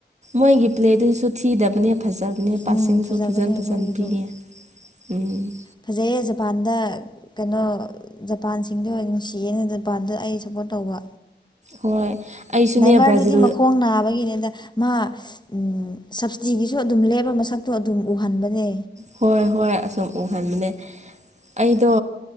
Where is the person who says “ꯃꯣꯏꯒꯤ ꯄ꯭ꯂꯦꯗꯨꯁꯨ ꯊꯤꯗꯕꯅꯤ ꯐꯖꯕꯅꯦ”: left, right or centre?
Right